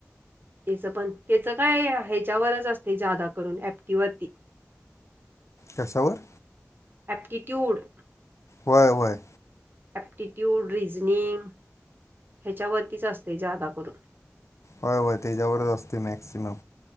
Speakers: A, on the right; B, on the left.
A: त्याच पण त्याच काय ह्याच्यावरच असते जादा करून ऍपटीवरती.
B: कशावर?
A: ॲप्टिट्यूड.
B: व्हय व्हय.
A: ॲप्टिट्यूड रिझनिंग ह्याच्यावरतीच असते जादा करून.
B: होय होय त्याच्यावरच असते मॅक्सिमम.